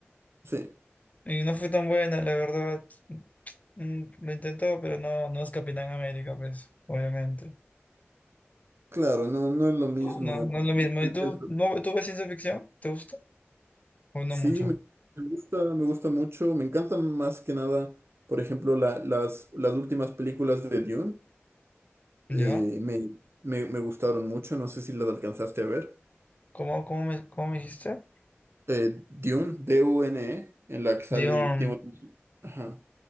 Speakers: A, on the right; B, on the left.
A: Sí,
B: Y no fue tan buena, la verdad. Mm, Lo intentó, pero no, no es Capitán América, pues, obviamente.
A: claro, no, no es lo mismo.
B: No, no es lo
A: El-
B: mismo.
A: el-
B: ¿Y tú,
A: el-
B: no, tú ves ciencia ficción? ¿Te gusta? ¿O no
A: sí,
B: mucho?
A: me me gusta, me gusta mucho. Me encantan más que nada, por ejemplo, la- las, las últimas películas de Dune. Eh,
B: ya
A: me, me, me gustaron mucho, no sé si las alcanzaste a ver.
B: ¿Cómo, cómo me, cómo me dijiste?
A: Eh, Dune, D-U-N-E, en la que sale
B: Dion.
A: Timothy. Ajá.